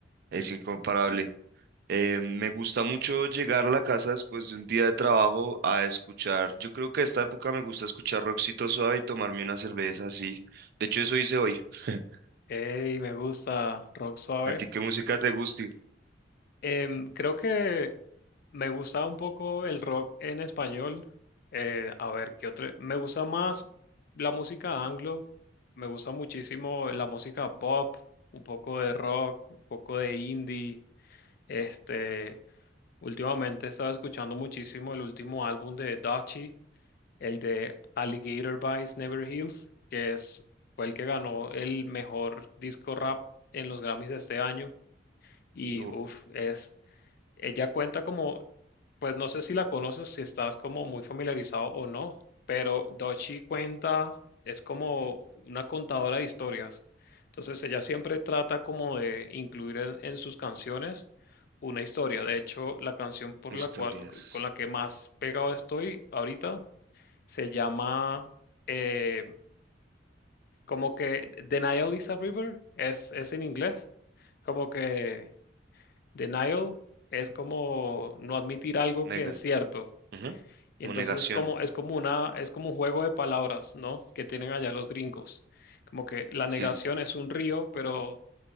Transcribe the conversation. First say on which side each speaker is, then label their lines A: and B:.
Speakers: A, on the right; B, on the left.
A: es incomparable. Eh, me gusta mucho llegar a la casa después de un día de trabajo a escuchar. Yo creo que a esta época me gusta escuchar rockcito suave y tomarme una cerveza así. De hecho, eso hice hoy. <laughs>
B: Ey, me gusta rock suave.
A: ¿A ti qué música te gusta?
B: Em, creo que me gusta un poco el rock en español. Eh, a ver, ¿qué otro? Me gusta más la música anglo. Me gusta muchísimo la música pop, un poco de rock, un poco de indie. Este, últimamente he estado escuchando muchísimo el último álbum de Dachi, el de Alligator Bites Never Heals, que es, fue el que ganó el mejor disco rap en los Grammys de este año. Y
A: Uf,
B: uff, es ella cuenta como, pues no sé si la conoces, si estás como muy familiarizado o no, pero Dochi cuenta, es como una contadora de historias. Entonces ella siempre trata como de incluir en, en sus canciones una historia. De hecho, la canción por
A: Historias.
B: la cual, con la que más pegado estoy ahorita se llama eh, como que Denial is a River, es, es en inglés, como que... Denial es como no admitir algo
A: Nega.
B: que es cierto.
A: Ujú.
B: Y
A: Como
B: entonces
A: negación.
B: es como, es como una, es como un juego de palabras, ¿no? Que tienen allá los gringos. Como que la
A: Sí,
B: negación
A: sí, sí.
B: es un río, pero